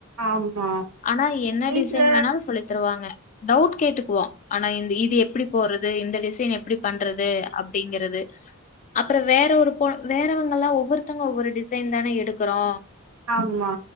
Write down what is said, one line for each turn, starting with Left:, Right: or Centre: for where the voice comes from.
Right: ஆமா
Left: ஆனா என்ன
Right: வீட்ல
Left: டிசைன் வேணாலு சொல்லி தருவாங்க டவுட் கேட்டுக்குவோ ஆனா இந்த இது எப்டி போறது இந்த டிசைன் எப்டி பண்றது அப்டிங்கறது அப் அப்ற வேற ஒரு போ வேறவங்க எல்லா ஒவ்வொருத்தவங்க ஒவ்வொரு டிசைன் தான எடுக்றோ
Right: ஆமா